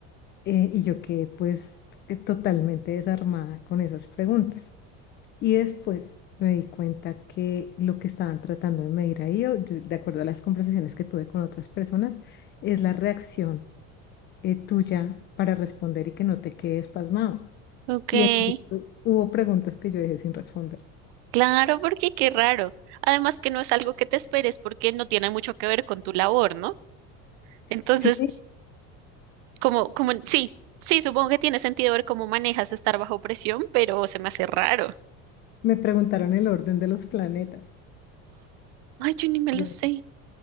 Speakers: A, on the left; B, on the right.
A: eh, y yo quedé pues que totalmente desarmada con esas preguntas. Y después me di cuenta que lo que estaban tratando de medir ahí, o de, de acuerdo a las conversaciones que tuve con otras personas, es la reacción eh, tuya para responder y que no te quedes pasmado.
B: okay
A: Y en efecto, hubo preguntas que yo dejé sin responder.
B: Claro, porque qué raro. Además que no es algo que te esperes porque no tiene mucho que ver con tu labor, ¿no? Entonces
A: Sí,
B: Como, como, sí, sí, supongo que tiene sentido ver cómo manejas estar bajo presión, pero se me hace raro.
A: me preguntaron el orden de los planetas.
B: Ay, yo ni me lo
A: Sí.
B: sé.